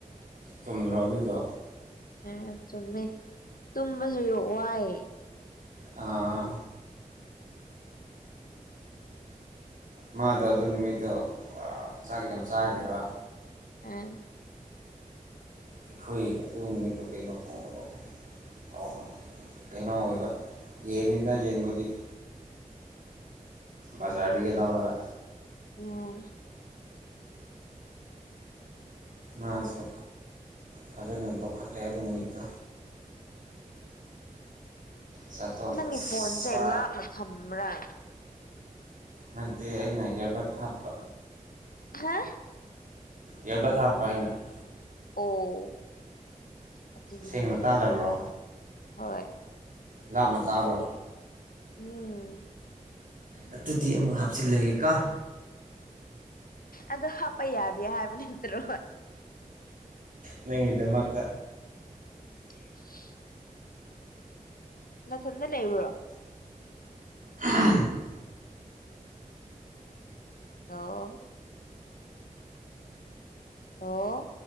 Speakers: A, on the right; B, on the left.
A: ꯆꯨꯝꯗ꯭ꯔꯣ ꯑꯗꯨꯗꯣ
B: ꯑꯦ ꯆꯨꯝꯃꯦ ꯇꯨꯝꯕꯁꯨ ꯍꯦꯛ ꯋꯥꯏ
A: ꯑꯥ ꯃꯥꯗꯣ ꯑꯗꯨ ꯅꯨꯃꯤꯠꯇꯣ ꯆꯥꯛ ꯌꯥꯝ ꯆꯥꯈꯤꯕ
B: ꯎꯝ
A: ꯑꯩꯈꯣꯏ ꯑꯗꯨ ꯅꯨꯃꯤꯠꯇꯨ ꯀꯩꯅꯣ ꯐꯣꯡꯕꯗꯣ ꯑꯣ ꯀꯩꯅꯣ ꯑꯣꯏꯕ ꯌꯦꯡꯃꯤꯗ ꯌꯦꯡꯕꯒꯤꯗꯤ ꯕꯥꯖꯥꯔꯗꯒꯤ ꯂꯧꯔ꯭ꯒ
B: ꯎꯝ
A: ꯃꯥꯁꯨ ꯐꯖꯅ ꯂꯧꯈꯠꯂꯦ ꯑꯗꯨ ꯅꯨꯃꯤꯠꯇꯣ ꯆꯥꯊꯣꯛꯑꯒ
B: ꯅꯪꯒꯤ
A: ꯑꯁ
B: ꯐꯣꯟꯁꯦ ꯂꯥꯞꯅ ꯊꯝꯕ꯭ꯔꯥ
A: ꯅꯠꯇꯦ ꯑꯩꯅ ꯏꯌꯔꯕꯠ ꯍꯥꯞꯄ
B: ꯍꯥ
A: ꯏꯔꯔꯕꯠ ꯍꯥꯞꯄ ꯑꯩꯅ <unintelligible>
B: ꯑꯣ ꯑꯗꯨꯒꯤꯅꯤꯅꯦ
A: ꯁꯦꯡꯅ ꯇꯥꯗꯕ꯭ꯔꯣ
B: ꯍꯣꯏ
A: ꯂꯥꯞꯅ ꯇꯥꯕ꯭ꯔꯣ꯫
B: ꯎꯝ꯫
A: ꯑꯗꯨꯗꯤ ꯑꯃꯨꯛ ꯍꯥꯞꯆꯤꯜꯂꯒꯦ ꯀꯣ꯫
B: ꯑꯗꯣ ꯍꯥꯞꯄ ꯌꯥꯗꯦ ꯍꯥꯏꯕ ꯅꯠꯇ꯭ꯔꯣ꯫
A: ꯅꯪꯒꯤ ꯗꯃꯥꯥꯛꯇ
B: ꯎ <unintelligible> ꯅꯊꯟꯗ ꯂꯩꯕ꯭ꯔꯣ꯫
A: ꯑꯝ
B: ꯍꯂꯣ ꯑꯣ